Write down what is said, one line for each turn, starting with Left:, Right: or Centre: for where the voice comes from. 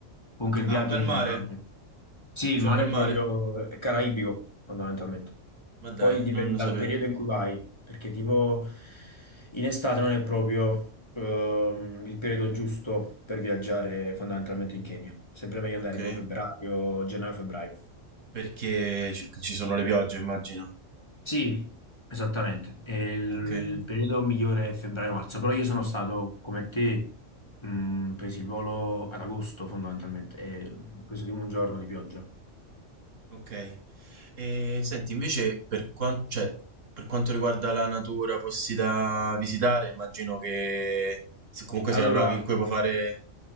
Left: Comunque il
Right: Ah,
Left: viaggio
Right: un bel
Left: in generale.
Right: mare.
Left: Sì, il
Right: C'è
Left: mare
Right: un bel
Left: è
Right: mare?
Left: proprio è caraibico, fondamentalmente.
Right: Ma dai,
Left: Poi dipende
Right: non lo
Left: dal
Right: sapevo.
Left: periodo in cui vai, perché tipo in estate non è proprio ehm, il periodo giusto per viaggiare fondamentalmente in Kenya. Sempre meglio andare
Right: Ok.
Left: tipo febbraio, gennaio-febbraio.
Right: Perché ci ci sono le piogge, immagino.
Left: Sì, esattamente. E Il
Right: Ok. Mhm.
Left: periodo migliore è febbraio-marzo, però io sono stato come te, mh, presi il volo ad agosto fondamentalmente e ho preso tipo un giorno di pioggia.
Right: Ok. E senti, invece, per quan- cioè, per quanto riguarda la natura, posti da visitare, immagino che se- comunque
Left: Allora,
Right: sia luoghi in cui puoi fare...